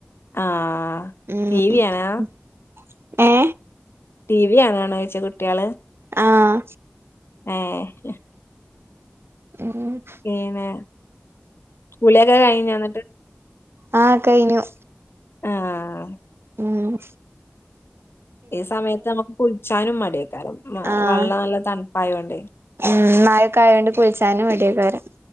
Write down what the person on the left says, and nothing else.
ആഹ്
ടി
വി ആണോ
ടി. വി കാണുണോയ്യിച്ച കുട്ടിയാള്
ഏ ല്ല
പിന്നെ കുളിയൊക്കെ കഴിഞ്ഞുന്നിട്ട്.
ആഹ്
ഈ സമയത്ത് നമുക്ക് കുൾച്ചാനും മടിയ്കാരം
വള്ളം നല്ല തണുപ്പായോ ണ്ടേ